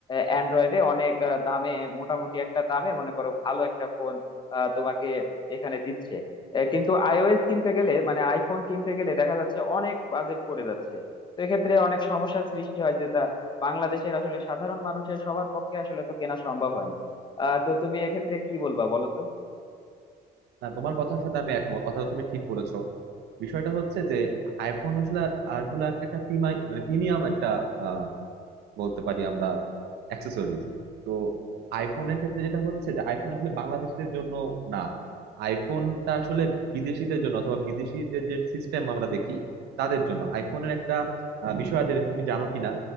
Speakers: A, on the left; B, on the right.
A: অ্যান্ড্রয়েডে অনেক আহ, দামে মোটামুটি একটা দামে মনে করো ভালো একটা ফোন আহ, তোমাকে এখানে দিচ্ছে আহ, কিন্তু আইওএস কিনতে গেলে মানে আইফোন কিনতে গেলে দেখা যাচ্ছে অনেক বাজেট পড়ে যাচ্ছে তো এক্ষেত্রে অনেক সমস্যার সৃষ্টি হয় যেটা বাংলাদেশের আসলে সাধারণ মানুষের সবার পক্ষে আসলে তো কেনা সম্ভব হয় না আহ, তো তুমি এক্ষেত্রে কি বলবা বলো তো
B: না তোমার কথার সাথে আমি একমত কথাটা তুমি ঠিক বলেছো বিষয়টা হচ্ছে যে আইফোন আসলে আর- আসলে আর কি একটা প্রিমাই মানে প্রিমিয়াম একটা আহ বলতে পারি আমরা অ্যাক্সেসরিজ তো আইফোনের ক্ষেত্রে যেটা হচ্ছে যে আইফোন আসলে বাংলাদেশিদের জন্য না আইফোনটা আসলে বিদেশিদের জন্য অথবা বিদেশিদের যে সিস্টেম আমরা দেখি তাদের জন্য আইফোনের একটা আহ, বিষয় আছে যেটা তুমি জানো কিনা